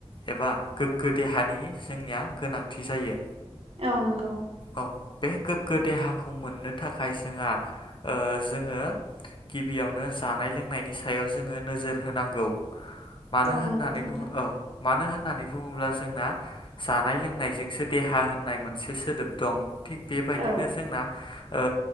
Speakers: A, on the left; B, on the right.
A: एबा गोग्गो देहानि जोंनिया गोनांथि जायो
B: औ नंगौ
A: औ बे गोग्गो देहाखौ मोननो थाखाय जोंहा ओ जोंङो गिबियावनो जानाय-लोंनायनि सायाव जोंङो नोजोर होनांगौ मानो
B: औ
A: होननानै
B: नंगौ नोंथां
A: बुङो औ मानो होननानै बुङोब्ला जोंना जा नाय-लोंनायजोंसो देहा होननाय मोनसे सोदोब दं थिग बेबायदिनो
B: औ
A: जोंना - ओ